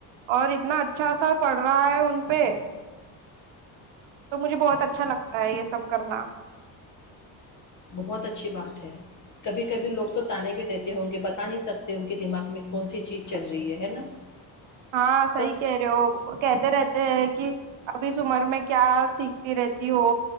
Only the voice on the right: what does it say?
اور اتنا اچھا سا پڑھ رہا ہے ان پہ تو مجھے بہت اچھا لگتا ہے یہ سب کرنا
ہاں صحی
کہہ رہے ہو کہتے رہتے کہ اب اس عمر میں کیا سیکھتی رہتی ہو